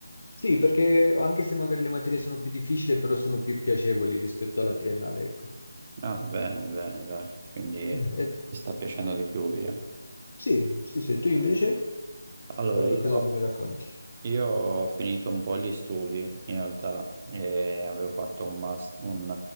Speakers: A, on the left (about 60°); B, on the right (about 30°).
A: sì, perché anche se magari le materie sono più difficili, però sono più piacevoli rispetto alla triennale, ecco.
B: Ah, bene, bene, dai. Quindi
A: Eh, eh,
B: ti sta piacendo di più, via.
A: sì, sì, sì, tu invece
B: Allora,
A: come,
B: io...
A: cosa mi racconti?
B: Io ho finito un po' gli studi in realtà e avevo fatto un master, un,